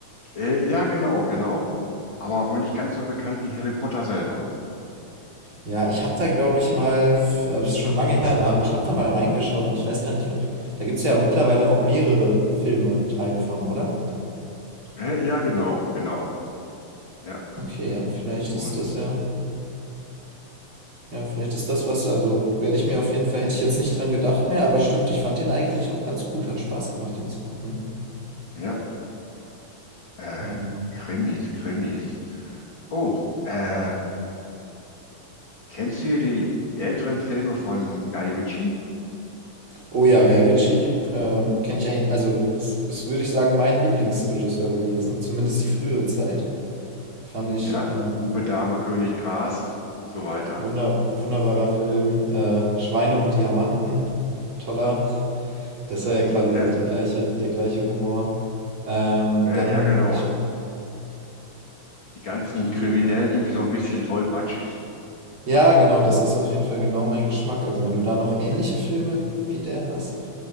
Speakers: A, on the left; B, on the right.
A: Äh, ja, genau, genau. Aber wohl nicht ganz so bekannt wie Harry Potter selber.
B: Ja, ich habe da glaube ich mal, aber das ist schon lange her, da hab, ich habe da mal reingeschaut, aber ich weiß gar nicht, ob da gibt es ja mittlerweile auch mehrere Filme Teile von, oder?
A: Äh, ja, genau, genau. Ja.
B: Okay, ja, vielleicht
A: Und
B: ist das ja, ja, vielleicht ist das was, also werde ich mir auf jeden Fall, hätte ich jetzt nicht dran gedacht mehr, aber stimmt, ich fand den eigentlich auch ganz gut, hat Spaß gemacht, den zu gucken.
A: ja, äh,
B: Ähm,
A: Krimis, Krimis. Oh, äh, kennst du hier die, die älteren Filme von Guy Ritchie?
B: Oh ja, Guy Ritchie äh, kenne ich eigentlich, also es ist, würde ich sagen, mein Lieblingsregisseur gewesen, zumindest die frühere Zeit. Fand ich
A: Ja,
B: äh,
A: Bube, Dame, König, Gras und so weiter.
B: wunder, wunderbarer Film. Äh, Schweine und Diamanten, toller. Das war ja quasi
A: Ja,
B: so die gleiche, der gleiche Humor. Ähm,
A: äh,
B: dann,
A: ja, genau.
B: ich,
A: Die ganzen
B: wie,
A: Kriminellen irgendwie so ein bisschen tollpatschig.
B: ja, genau, das ist auf jeden Fall genau mein Geschmack. Also wenn du da noch ähnliche Filme wie der hast,